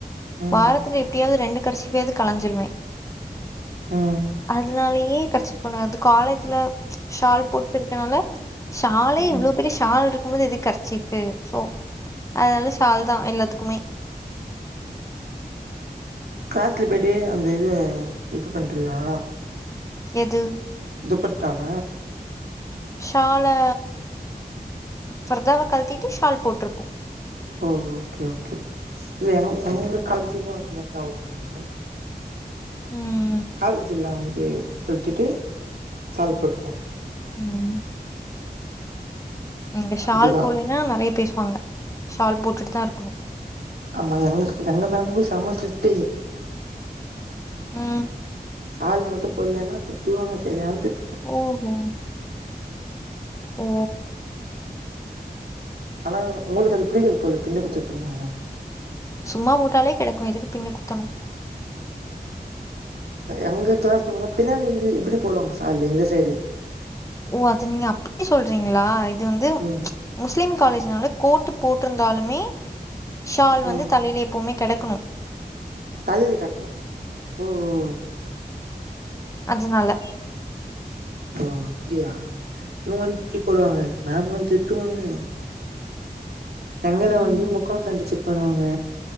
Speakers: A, on the right (about 75°); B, on the left (about 20°).
A: ம்
B: வாரத்துல எப்டியாவது ரெண்டு கர்ச்சிஃப்யாவது கலஞ்சிருவே
A: ம்
B: அதனாலயே கர்ச்சிஃப் கொண்டு வராது காலேஜ்ல ஷால் போட்ருக்கனால ஷாலே
A: ம்
B: இவ்ளோ பெரிய ஷால்ரு க்கு போது எதுக்கு கர்ச்சிஃப்பு சோ அதனால ஷால் தா எல்லாத்துக்குமே
A: க்ளாஸ்ல போய்ட்டு அந்த இது இது பண்றியா
B: எது
A: துப்பட்டாவ
B: ஷால்லா ஃபர்தாவ கழட்டிட்டு ஷால் போட்ருப்போ
A: ஓ ஓகே ஓகே இல்ல எங் எங்க காலேஜ்க்கு அது மாரி தா <inaudible>
B: ம்
A: காலேஜ்ல வந்து கழட்டிட்டு சால் போட்டுக்குவோ
B: ம் இங்க ஷால்
A: அதுதா
B: போல்லேன்னா நறைய பேசுவாங்க ஷால் போட்டுட்டு தா இருக்கணு
A: ஆமா எங்க எங்க மேம்மு செம்ம ஸ்ட்ரிக்ட்
B: ம்
A: சால் மட்டு போட்லேன்னா திட்டுவாங்க செரியான திட்
B: ஓ ஹோ ஓ
A: ஆனா உங்களுக்கு அது புடிக்காது போல பின்னு குத்துறதுனால
B: சும்மா போட்டாலே கெடக்கு எதுக்கு பின்னு குத்தணு
A: எங்க க்ளாஸ் பொண்ணுங்க பின்னாடி வந்து இப்டி போடுவாங்க சால்லு இந்த சைடு
B: ஓ அது நீங்க அப்டி சொல்றீங்களா இது வந்து
A: ம்
B: முஸ்லீம் காலேஜ்னால கோட்டு போட்ருந்தாலுமே ஷால்
A: ம்
B: வந்து தலையிலே எப்போமே கெடக்கணு
A: தலையில கட்ணு ஓ ஓ
B: அதுனால
A: ஓ அப்டியா இவுங்க வந்து இப்டி போடுவாங்க மேம் வந்து திட்டுவாங்க எங்கள
B: ம்.
A: வந்து முக்கா பேண்டு ஜெக் பண்ணுவாங்க